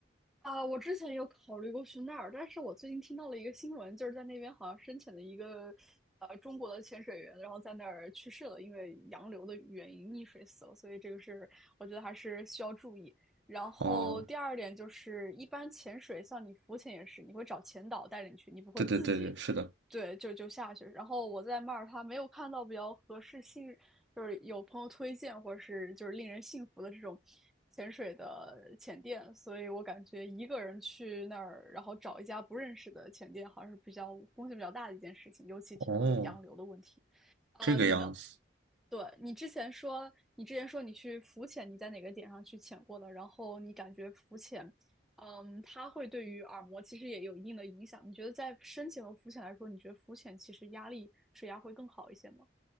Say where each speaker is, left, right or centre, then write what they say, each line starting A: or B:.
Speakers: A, in the centre; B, on the right.
A: 啊，我之前有考虑过去那儿，但是我最近听到了一个新闻，就是在那边好像深潜的一个呃中国的潜水员，然后在那儿去世了，因为洋流的原因溺水死了，所以这个是我觉得还是需要注意。然后第二点就是，
B: 哦。
A: 一般潜水像你浮潜也是，你会找潜导带着你去，你不会自己
B: 对对对对，是的，
A: 对，就就下去。然后我在马耳他没有看到比较合适信，就是有朋友推荐或者是就是令人信服的这种潜水的潜店，所以我感觉一个人去那儿，然后找一家不认识的潜店，好像是比较风险比较大的一件事情，尤其听说有洋流的问题。
B: 哦，
A: 呃，
B: 这个样子。
A: 你呢？对，你之前说，你之前说你去浮潜，你在哪个点上去潜过的？然后你感觉浮潜嗯，它会对于耳膜其实也有一定的影响。你觉得在深潜和浮潜来说，你觉得浮潜其实压力水压会更好一些吗？